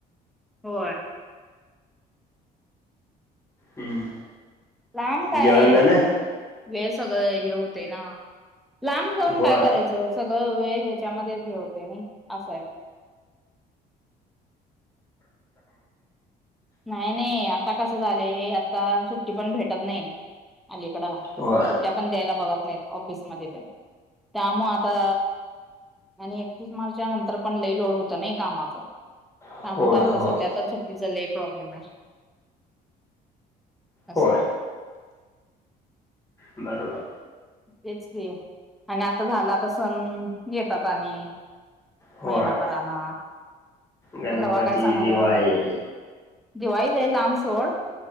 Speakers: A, in the centre; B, on the left (about 15°).
A: होय
B: हम्म
A: लांब काय
B: जेवण झालं
A: वेळ सगळं हे होत ना लांब जाऊन
B: होय
A: काय करायचं सगळं वेळ ह्याच्यामध्येच घे होते नाही असं आहे नाही नाही आता कसं झालं आता सुट्टी पण भेटत नाही अलीकड
B: होय
A: सुट्ट्या पण द्यायला बघत नाहीत ऑफिसमध्येध्ये त्या त्यामु आता आणि एकतीस मार्चा नंतर पण लईलोड होत नाही कामाचं
B: होय
A: सांमता आता
B: होय
A: सध्या तर सुट्टीच लय प्रॉब्लेम आहे. असं.
B: होय बरोबर.
A: तेच क आणि आता झाला तर सण येतात आणि
B: होय
A: महिनाभरा ना
B: गणपती
A: मग तेव्हा काय समाजणारगे
B: दिवाळी
A: दिवाळी जाई लांब सोड